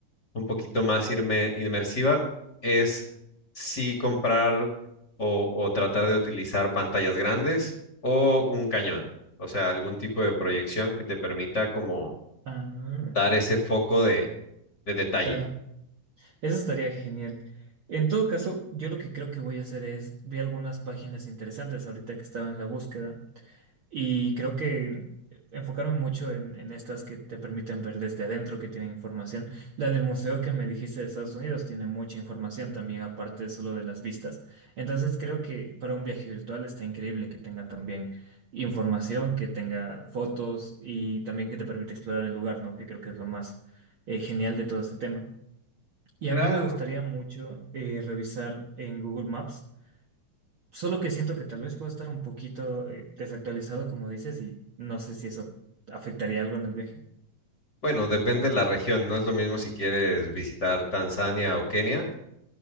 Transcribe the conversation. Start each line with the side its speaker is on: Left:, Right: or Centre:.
Left: un poquito más irme- inmersiva es sí comprar o, o tratar de utilizar pantallas grandes o un cañón, o sea, algún tipo de proyección que te permita como
Right: Ah,
Left: dar ese foco de de detalle.
Right: claro, eso estaría genial. En todo caso, yo lo que creo que voy a hacer es, vi algunas páginas interesantes ahorita que estaba en la búsqueda y creo que enfocarme mucho en, en estas que te permiten ver desde adentro, que tienen información. La del museo que me dijiste de Estados Unidos tiene mucha información también, aparte solo de las vistas. Entonces creo que para un viaje virtual está increíble que tenga también información, que tenga fotos y también que te permite explorar el lugar, ¿no? Que creo que es lo más eh, genial de todo este tema. Y
Left: Claro.
Right: a mí me gustaría mucho eh, revisar en Google Maps Solo que siento que tal vez puedo estar un poquito eh, desactualizado, como dices, y no sé si eso afectaría algo en el viaje.
Left: Bueno, depende de la región. No es lo mismo si quieres visitar Tanzania o Kenia,